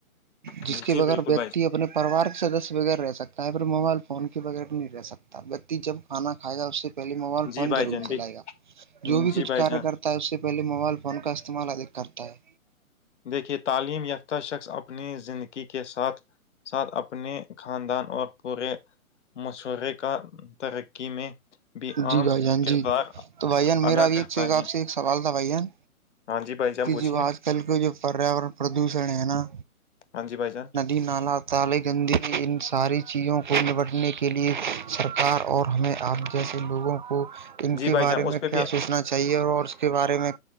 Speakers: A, on the left; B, on the right.
A: ہے
B: جس کے
A: جی
B: بغیر
A: بالکل
B: وتی
A: بھائی
B: اپنے پریوار کے سدس بغیر رہ سکتا ہے پھر موبائل فون کے بغیر نہیں رہ بتی جب کھانا کھائے گا اس سے پہلے موبائل
A: جی
B: فون
A: بھائی
B: ضور
A: جان
B: چلائے
A: دیکھ-
B: گا جو بھی
A: جی
B: کچھ
A: بھائی
B: ک
A: جان
B: کرتا اس سے پہلے موبائل فون کا استعمالدھک کرتا ہے
A: دیکھیے تعلیم یافتہ شخص اپنی زندگی کے ساتھ ساتھ اپنے خاندان اور پورے مشورے کا ترقی میں بھی عام
B: جی بھائی جان
A: کردار
B: جی تو بھائی جان میرا
A: ادا
B: بھی
A: کرتا
B: ایک سے
A: ہے
B: آپ سے ایک سوال تھا بھائی جان
A: ہاں جی بھائی جان
B: کہ
A: پوچھیے
B: جو آج کل کا جو پریاورن پردوشن ہے نا
A: ہاں جی بھائی جان
B: ی نالا تالے گندگی ان ساری چیزوں کو نمٹنے کے لیے سرکار اور ہمیں آگ جسے لوگوں کو ان
A: جی
B: کے
A: بھائی
B: بارے
A: جان اس
B: میں
A: پہ
B: کیا
A: بھی
B: سوچنا چاہے چاہیے اور اور اس کے بارے میں